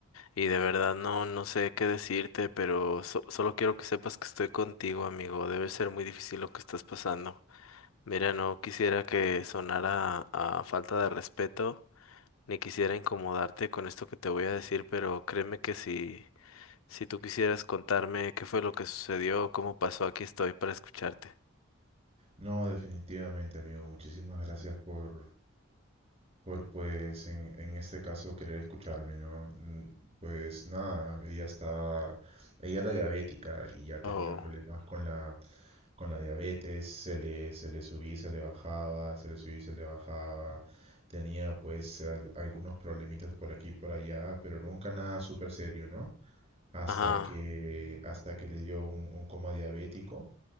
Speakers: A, on the left; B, on the right.
A: y de verdad no, no sé qué decirte, pero so- solo quiero que sepas que estoy contigo amigo, debe ser muy difícil lo que estás pasando. Mira, no quisiera que sonara a falta de respeto. ni quisiera incomodarte con esto que te voy a decir, pero créeme que si, si tú quisieras contarme qué fue lo que sucedió, cómo pasó, aquí estoy para escucharte.
B: No, definitivamente, amigo, muchísimas gracias por, por pues, en, en este caso, querer escucharme, ¿no? Mm, Pues nada, ella está, ella era diabética y ya tenía
A: Oh,
B: problemas con la, con la diabetes, se le, se le subía y se le bajaba, se le subía y se le bajaba, tenía pues al- algunos problemitas por aquí y por allá, pero nunca nada súper serio, ¿no? hasta
A: ajá,
B: que, hasta que le dio un, un coma diabético